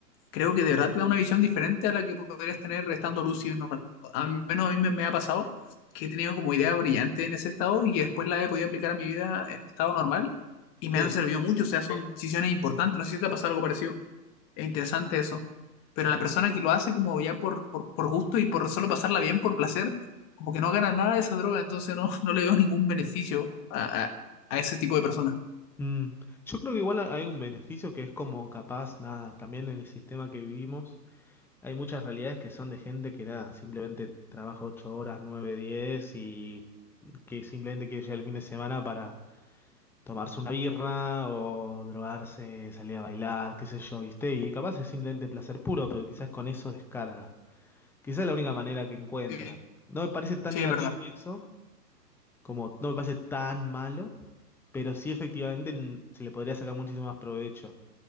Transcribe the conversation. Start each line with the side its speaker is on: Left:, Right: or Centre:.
Left: creo que de verdad te da una visión diferente a la que podrías tener estando lúcido y normal. Al menos a mí me, me ha pasado que he tenido como ideas brillantes en ese estado y que después las he podido aplicar a mi vida en estado normal y me
Centre: sí.
Left: han servido mucho. O sea, son decisiones importantes. No sé si te ha pasado algo parecido. Es interesante eso. Pero la persona
Centre: Sí,
Left: que lo hace como ya por, por, por gusto y por solo pasarla bien, por placer, como que no gana nada de esa droga, entonces no, no le veo ningún beneficio a, a, a ese tipo de personas.
Centre: Mm, yo creo que igual ha- hay un beneficio que es como capaz, nada, también en el sistema que vivimos hay muchas realidades que son de gente que nada, simplemente trabaja 8 horas, 9 10 y que simplemente quiere llegar el fin de semana para tomarse una birra o drogarse, salir a bailar, qué sé yo, ¿viste? Y capaz es simplemente placer puro, pero quizás con eso descarga. Quizás es la única manera que encuentra.
Left: Sí,
Centre: No me parece tan
Left: sí,
Centre: negativo
Left: es verdad.
Centre: eso, como no me parece tan malo, pero sí efectivamente mm, se le podría sacar muchísimo más provecho.